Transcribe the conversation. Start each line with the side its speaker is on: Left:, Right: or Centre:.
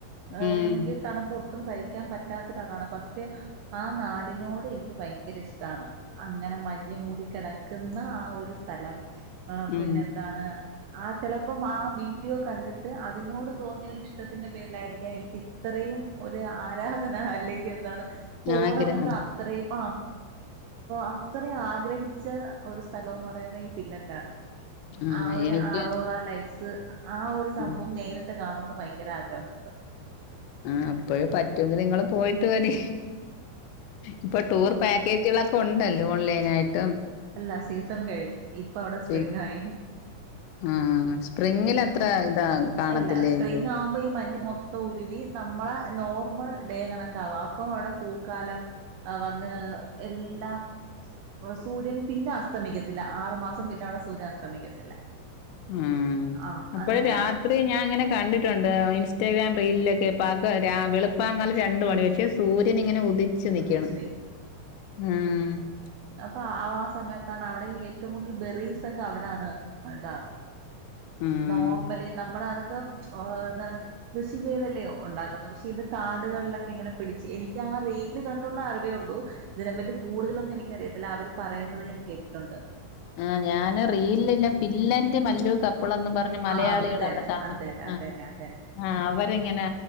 Right: ആ
Left: ഉം
Right: എനിക്ക് തണുപ്പൊ ഒട്ടും സഹിക്കാൻ പറ്റാത്ത ഒരാളാണ് പക്ഷെ ആ നാടിനോട് എനിക്ക് ഭയങ്കര ഇഷ്ടാണ് അങ്ങനെ മഞ്ഞ് മൂടി കിട ക്കുന്ന ആ ഒരു സ്ഥലം ആ
Left: ഉം
Right: പിന്നെ എന്താണ് ആ ചെലപ്പം ആ വീഡിയോ കണ്ടിട്ട് ട്ട് അതിനോട് തോന്നിയ ഇഷ്ടത്തിന്റെ പേരിലായിരിക്കാം എനിക്ക് ഇത്രയും ഒരു ആരാധന അല്ലെങ്കിൽ എന്താണ് പോണമെന്ന്
Left: ആഗ്രഹം
Right: അത്രയും ആ അത്രയും ആഗ്രഹിച്ച ഒരു സ്ഥലോന്ന് പറയുന്നത് ഈ പില്ലറ്റാണ്
Left: ആഹ്
Right: ആ ഒരു
Left: എനിക്ക്
Right: ആറോറ ലൈറ്റ്സ് ആ ഒരു സംഭവം
Left: ഉം
Right: നേരിട്ട് ട്ട് കാണണോന്ന് ഭയങ്കര ആഗ്രഹമുണ്ട്
Left: ആ അപ്പഴേ പറ്റുമെങ്കിൽ നിങ്ങ പോയിട്ട് വരി ഇപ്പൊ ടൂർ പാക്കേജുക ഒണ്ടല്ലോ ഓൺലൈനായിട്ട്
Right: അല്ല സീസൺ കഴിഞ്ഞു ഇപ്പ അവിടെ സ്പ്രിംങ്ങായി
Left: സീ ആഹ് സ്പ്രിങ്ങിലത്ര ഇതാ കാണത്തില്ലായിരിക്കും
Right: ഇല്ല സ്പ്രിങ് ആവുമ്പോ ഈ മഞ്ഞ് മൊത്തം ഉരുകി നമ്മളെ നോർമൽ ഡേ കണക്കാവാ അപ്പൊ അവിടെ പൂക്കാലം വന്ന് എല്ലാം സൂര്യൻ പിന്നെ അസ്തമിക്കത്തില്ല ആറുമാസം പിന്നെ അവിടെ സൂര്യൻ അസ്തമിക്കത്തില്ല
Left: ഉം
Right: ആഹ്
Left: അപ്പോഴ
Right: അങ്ങനെയാണ്
Left: രാത്രി
Right: അവിടെ
Left: ഞാൻ അങ്ങനെ കണ്ടിട്ടുണ്ട് ഇൻസ്റ്റാഗ്രാം റീലിൽ <unintelligible> വെളുപ്പാങ്കലം രണ്ട് മണി പക്ഷെ സൂര്യൻ ഇങ്ങനെ ഉ ടിച്ച് നിക്ക്യണ്
Right: ഉദിച്ചു
Left: ഉം ഉം <unintelligible>
Right: അപ്പ ആ ആ സമയത്താണ് അവിടെ ഈ ഏറ്റവും കൂടുതൽ ബെറീസ്ക്ക അവിടാണ് ഇതാവുന്നത്
Left: ഉം
Right: നോർമലി നമ്മള് അത് തം ഓ ന്താണ് കൃഷി ചെയ്തല്ലെ ഒണ്ടാക്കുന്നത് പക്ഷെ ഇത് കാടുകൾലൊക്കെ ഇങ്ങനെ പിടിച്ച് എനിക്ക് ആ റീല് കണ്ടുള്ളറിവ് വേ ഉള്ളൂ തിനെപ്പറ്റി കൂടുതലൊന്നു എനി ക്കറിയത്തില്ല അവര് പറയുന്നത് ഞാൻ കേട്ടിട്ടൊണ്ട്
Left: ആഹ് ഞാൻ റീല്ല്ല്ല ഫിൻലൻഡ് മല്ലു ക പ്പ്ളെന്ന് പറഞ്ഞ് മലയാളികൾ
Right: ആ അത് തന്നെ
Left: അവിടെ താമസിക്ക
Right: അത് തന്നെ അത്
Left: ആ
Right: തന്നെ അത് തന്നെ
Left: ആ അവരിങ്ങനെ